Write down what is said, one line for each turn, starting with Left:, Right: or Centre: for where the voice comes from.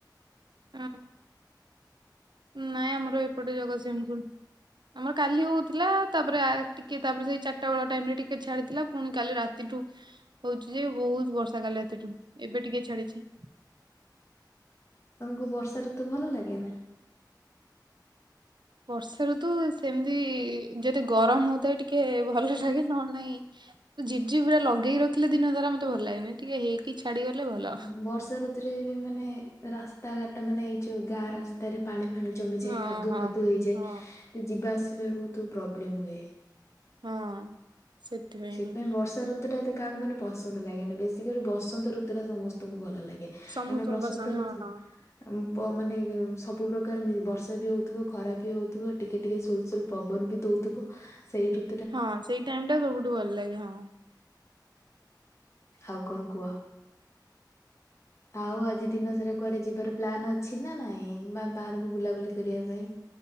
Right: ଅ ନାଇଁ ଆମ ଏପଟେ ଜଗତସିଂହପୁର ଆମର କାଲି ହଉଥିଲା। ତାପରେ ଆ ଟିକେ ତାପରେ ସେଇ ଚାରିଟା ବେଳ ଟାଇମ ରେ ଟିକେ ଛାଡିଥିଲା ପୁଣି କାଲି ରାତିଠୁ ହଉଛି ଯେ ବହୁତ ବର୍ଷା କାଲି ରାତିଠୁ ଏବେ ଟିକେ ଛାଡିଛି।
Left: ତମକୁ ବର୍ଷା ଋତୁ ଭଲ ଲାଗେ ନା?
Right: ବର୍ଷା ଋତୁ ସେମିତି ଯେତେ ଗରମ ହଉଥାଏ ଟି ଟେ ଭଲ ଲାଗେ ନ ହେଲେ ନାହିଁ ଝିପ୍ ଝିପ୍ ପୁରା ଲଗେଇି ରଖିଲେ ଦିନ ସାରା ମତେ ଭଲ ଲାଗେନି। ଟିକେ ହେଇକି ଛାଡି ଗଲେ ଭଲ।
Left: ବର୍ଷାଋ ତୁ ରେ ବି ମାନେ ରାସ୍ତାଘାଟ ମାନେ ଏଇ ଯଉ ଗାଁ ରା ସ୍ତାରେ ପାଣି ଫାଣି ଜମିଯାଏ
Right: ହଁ
Left: କାଦୁ
Right: ହଁ
Left: ଫାଦୁଅ ହେଇଯାଏ
Right: ହଁ।
Left: ଯିବା ଆସିବାରେ ବହୁତ ପ୍ରୋବ୍ଲେମ ହୁଏ।
Right: ହଁ ସେଥିପାଇଁ
Left: ସେପାଇଁ ବର୍ଷା ଋତୁ ଟା ଏତେ କାହାକୁ ମାନେ ପସନ୍ଦ ଲାଗେନି ବେଶୀ କରି ବସନ୍ତ ଋତୁ ଟା ସମସ୍ତଙ୍କୁ ଭଲ ଲାଗେ
Right: ସମସ୍ତଙ୍କୁ
Left: କାହିଁ ନା ବସନ୍ତ
Right: ପସନ୍ଦ
Left: ଋତୁ
Right: ହଁ ହଁ।
Left: ପ ମାନେ ସବୁ ପ୍ରକାର ବର୍ଷା ବି ହଉଥିବ ଖରା ବି ହଉଥିବ ଟିକେ ଟିକେ ସୁଲସୁଲ ପବନ ବି ଦଉଥିବ ସେଇ ଋ
Right: ହଁ ସେଇ ଟାଇମ ଟା ସବୁଠୁ ଭଲ ଲାଗେ ହଁ।
Left: ଆଉ କଣ କୁହ? ଆଉ ଆଜି ଦିନ ସାରା କୁଆଡେ ଯିବାର ପ୍ଲାନ୍ ଅଛି ନା ନାଇଁ ବା ବାହାରକୁ ବୁଲାବୁଲି କରିବା ପାଇଁ?